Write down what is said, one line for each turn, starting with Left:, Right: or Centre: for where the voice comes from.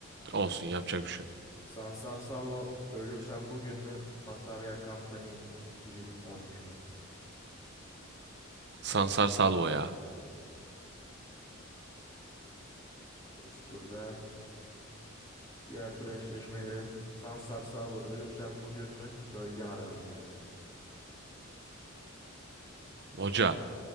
Right: Olsun yapacak bir şey yok.
Left: Sansar Salvo Ölürsem Bugün mü? Batarya Company 2013 mü?
Right: Sansar Salvo ya.
Left: Üst turda. Diğer tur eşleşmelerim. Sansar Sabo ölürsem bugün mü? Gölge haramileri mi?
Right: Hoca.